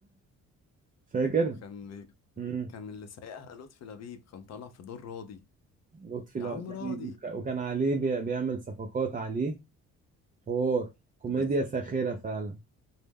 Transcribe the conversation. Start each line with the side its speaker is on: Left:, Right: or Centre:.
Right: فاكر
Left: وكان بي...
Right: امم
Left: كان اللي سايقها لطفي لبيب كان طالع في دور راضي
Right: لطفي
Left: يا عم
Right: لبيب
Left: راضي
Right: وك- وكان عليه بي- بيعمل صفقات عليه حوار كوميديا
Left: بس
Right: ساخرة فعلا